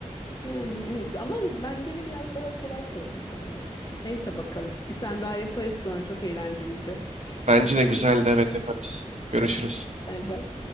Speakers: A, on the left (about 30°); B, on the right (about 65°).
A: Yani evet ama ben gene biraz daha kolay sordum sanırım. Neyse bakalım. Bir tane daha yaparız sonra. Çok eğlenceliydi.
B: Bence
A: Hadi
B: de güzeldi.
A: görüşürüz.
B: Evet yaparız. Görüşürüz.
A: Bay bay.